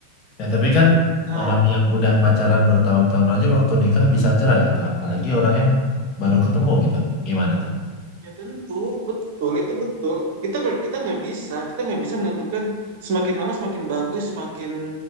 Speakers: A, on the left; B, on the right.
A: Ya, tapi kan
B: Nah,
A: orang yang udah pacaran bertahun-tahun aja waktu nikah bisa cerai gitu. Apalagi orang yang baru ketemu gitu. Gimana tuh?
B: ya tentu betul itu betul. Kita nggak kita nggak bisa, kita nggak bisa menentukan semakin lama semakin bagus, semakin